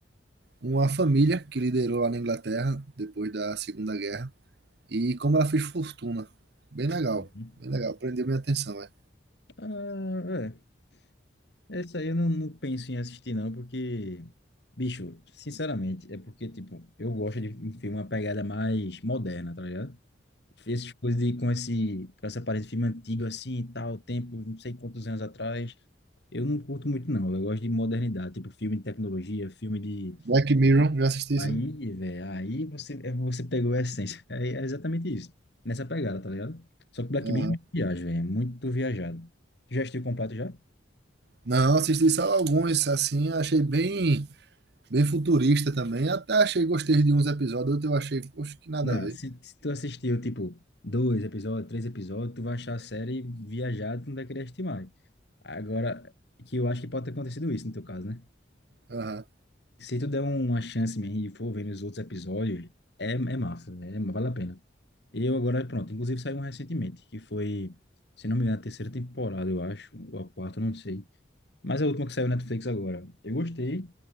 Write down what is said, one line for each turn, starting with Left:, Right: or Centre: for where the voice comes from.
Right: uma família que liderou lá na Inglaterra depois da Segunda Guerra E como ela fez fortuna. Bem legal,
Left: hum,
Right: bem legal. Prendeu minha atenção, é.
Left: Ah, é. Essa aí eu não, não penso em assistir, não, porque, bicho, sinceramente, é porque, tipo, eu gosto de um filme, uma pegada mais moderna, tá ligado? Fez essas coisas de, com esse, com essa aparência de filme antigo assim e tal, tempo, não sei quantos anos atrás. Eu não curto muito, não. Eu gosto de modernidade, tipo filme de tecnologia, filme de.
Right: Black Mirror, já assisti? esse?
Left: Aí, velho, aí você, é, você pegou a essência. <laughs> É, é exatamente isso. Nessa pegada, tá ligado? Só que Black
Right: Aham.
Left: Mirror é muito viagem, velho. É muito viajado. Tu já assistiu completo já?
Right: Não, assisti só alguns, assim, achei bem, bem futurista também. Até achei, gostei de uns episódios, outros eu achei, poxa, que nada
Left: Não,
Right: a ver.
Left: se, se tu assistiu, tipo, dois episódios, três episódios, tu vai achar a série viajada, tu não vai querer assistir mais. Agora, que eu acho que pode ter acontecido isso no teu caso, né?
Right: Aham.
Left: Se tu der uma chance mesmo e for vendo os outros episódios, é, é massa, né? É, Vale a pena. Eu agora, pronto, inclusive saiu um recentemente, que foi, se não me engano, a terceira temporada, eu acho, ou a quarta, não sei. Mas é a última que saiu na Netflix agora. Eu gostei,